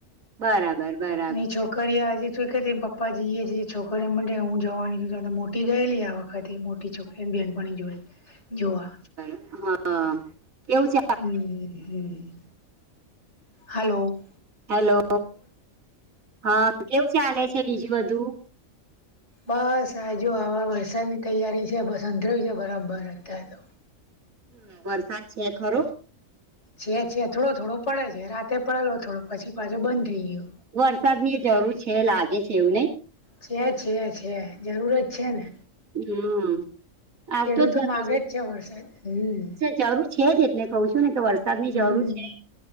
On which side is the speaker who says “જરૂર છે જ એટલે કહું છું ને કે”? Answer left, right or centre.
Right